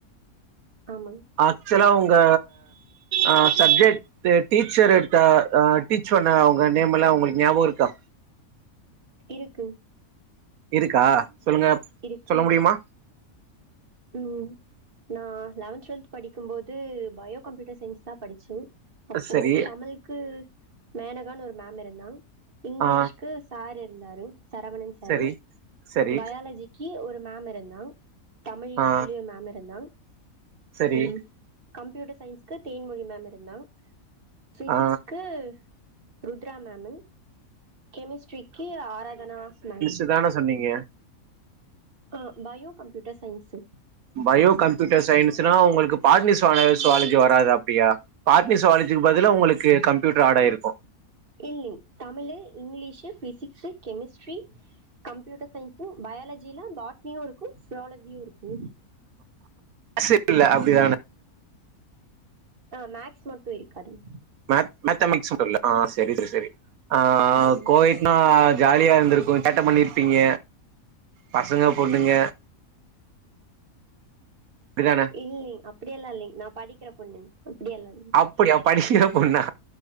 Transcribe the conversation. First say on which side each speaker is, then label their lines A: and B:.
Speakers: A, on the right; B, on the right.
A: ஆமாங்
B: ஆக்சுவலா உங்க அ சப்ஜெக்ட் டீச்சர் எடுத்த டீச் பண்ண அவங்க நேம் எல்லா உங்களுக்கு ஞாபக இருக்கா
A: இருக்கு
B: இருக்கா சொல்லுங்க
A: இருக்கு
B: சொல்ல முடியுமா
A: ம் நா லவன்த் டுவெல்த் படிக்கு போது பயோ கம்ப்யூட்டர் சயின்ஸ்தா படிச்சு அப்போ
B: சரி
A: தமிழ்க்கு மேனகா ஒரு மேம் இருந்தா இங்க்லீஷ்கு
B: ஆ
A: சாரு இருந்தாரு சரவணன் சாரு
B: சரி சரி
A: பயாலஜிக்கி ஒரு மேம் இருந்தா தமிழி
B: ஆ
A: சொல்லி ஒரு மேம் இருந்தா
B: சரி
A: ம் கம்ப்யூட்டர் சயின்ஸ்க்கு தேன்மொழி மேம் இருந்தா ஃபிசிக்ஸ்க்கு
B: ஆ
A: ருத்ரா மேமு கெமிஸ்ட்ரிக்கு ஆராதனா மேம்
B: இதான சொன்னீங்க
A: ஆ bio computer science
B: bio computer சயின்ஸ்னா உங்களுக்கு பாட்னிஸ்வான சுவாலஜி வராது அப்டியா பாட்னி சுவாலஜுக்கு பதிலா உங்களுக்கு கம்ப்யூட்டர் ஆட் ஆயிருக்கு
A: ம் Tamil English physics chemistry computer சயின்ஸும் பயாலஜில பாட்னியு இருக்கு ஸ்வாலஜியு இருக்கு
B: அஸ்ஸு இல்ல அப்டிதான
A: ஆ மேக்ஸ் மட்டு இரு கரி
B: மேத்த மேத்தமிக்ஸு வரல்ல ஆ் சரி சரி ஆ
A: ஆமா
B: கோயட் ன்னா ஜாலியா இருந்திருக்கு சேட்ட பண்ணிருப்பீங்க பசங்க பொண்ணுங்க இதான
A: இல்லலைங்க அப்படியெல்லா இல்லைங்க நான் படிக்கிற பொண்ணுங் அப்படியல்லா இல்ல
B: அப்டியா படிக்கிற பொண்ணா